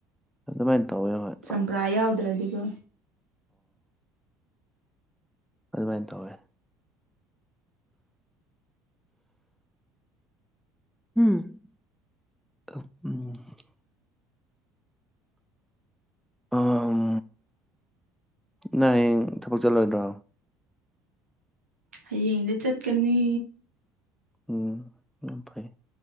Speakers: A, in the centre; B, on the right (about 80°).
A: ꯑꯗꯨꯃꯥꯏꯅ ꯇꯧꯋꯦ ꯍꯣꯏ
B: ꯆꯝꯄ꯭ꯔꯥ ꯌꯥꯎꯗ꯭ꯔꯗꯤꯒꯣ
A: ꯑꯗꯨꯃꯥꯏꯟ ꯇꯧꯋꯦ ꯎꯝ <inaudible> ꯑꯥꯝ ꯅꯪ ꯍꯌꯦꯡ ꯊꯕꯛ ꯆꯠꯂꯣꯏꯗ꯭ꯔꯣ
B: ꯍꯌꯦꯡꯗꯤ ꯆꯠꯀꯅꯤ
A: ꯎꯝ ꯌꯥꯝ ꯐꯩ